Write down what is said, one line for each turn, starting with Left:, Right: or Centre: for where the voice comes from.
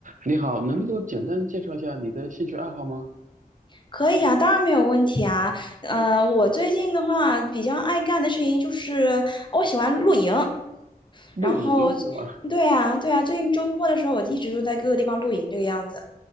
Right: 你好，能够简单介绍一下你的兴趣爱好吗？
Left: 可以啊，当然没有问题啊。呃，我最近的话比较爱干的事情就是我喜欢露营，
Right: 露营是吧？
Left: 然后，对啊，对啊，最近周末的时候我一直都在各个地方露营这个样子。